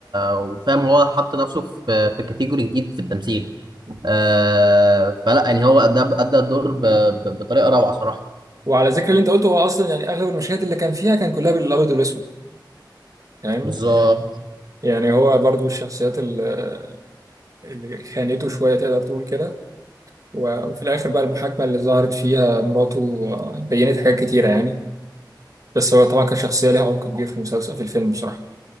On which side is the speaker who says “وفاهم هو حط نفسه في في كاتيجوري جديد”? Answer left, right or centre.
Right